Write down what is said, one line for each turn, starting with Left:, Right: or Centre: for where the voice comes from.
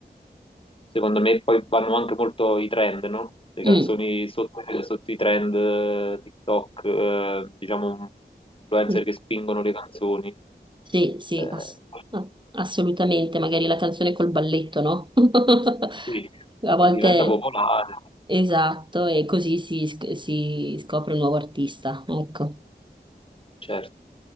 Left: Secondo me poi vanno anche molto i trend, no? Le canzoni
Right: Mm,
Left: sotto, sotto i trend, eh, TikTok, eh, diciamo, influencer
Right: mm.
Left: che spingono le canzoni.
Right: Sì, sì,
Left: Eh,
Right: ass- no, assolutamente, magari la canzone col balletto, no? <laughs>
Left: sì,
Right: A volte,
Left: e diventa popolare,
Right: esatto, e così si, sc- si scopre un nuovo artista, ecco.
Left: certo.